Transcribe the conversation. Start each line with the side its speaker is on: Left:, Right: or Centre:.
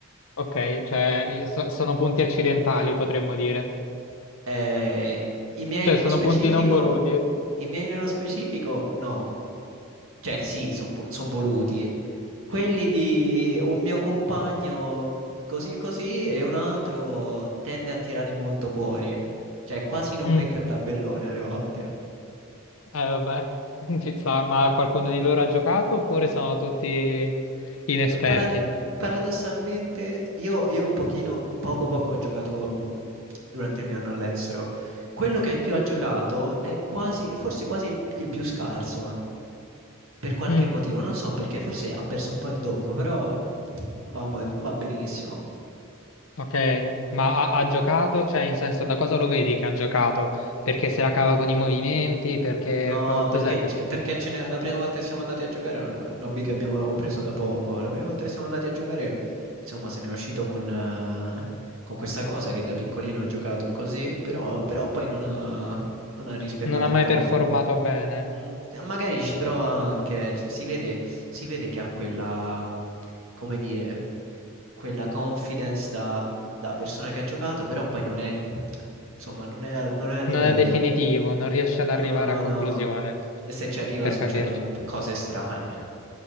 Left: ok, cioè io so- sono punti accidentali potremmo dire,
Right: Eh, i miei
Left: cioè
Right: nello
Left: sono
Right: specifico,
Left: punti non voluti.
Right: i miei nello specifico no. Cioè, sì, sono voluti. Quelli di un mio compagno così così e un altro tende a tirare molto fuori. Cioè, quasi non
Left: Mm,
Right: becca il tabellone alle volte.
Left: eh vabbè, <laughs> ci sta, ma qualcuno di loro ha giocato oppure sono tutti inesperti?
Right: parad- paradossalmente, io, io un pochino, poco poco ho giocato durante il mio anno all'estero. Quello che più ha giocato è quasi, forse quasi il, il più scarso, eh. per qualche
Left: Mm.
Right: motivo, non so perché, forse ha perso un po' il tocco, però non va, mo- non va benissimo.
Left: Ok, ma ha, ha giocato, cioè in senso da cosa lo vedi che ha giocato? Perché se la cava con i movimenti, perché
Right: No,
Left: co- cos'è
Right: perché,
Left: che
Right: ce- perché ce n'è- la prima volta che siamo andati a giocare è un un hobby che abbiamo preso da poco. La prima volta che siamo andati a giocare, insomma, se ne è uscito con, eh, con questa cosa che da piccolino ha giocato così, però, però poi non ha, non ha rispettato
Left: non ha mai
Right: un po'.
Left: performato bene?
Right: Mm, magari ci prova anche, ci- si vede, si vede che ha quella, come dire, quella confidence da, da persona che ha giocato, però poi non è, insomma, non è, al- non è a livello.
Left: Non è definitivo, non riesce ad arrivare
Right: No,
Left: a conclusione,
Right: no. E se ci arriva
Left: per
Right: succedono
Left: capirci.
Right: un p- cose strane.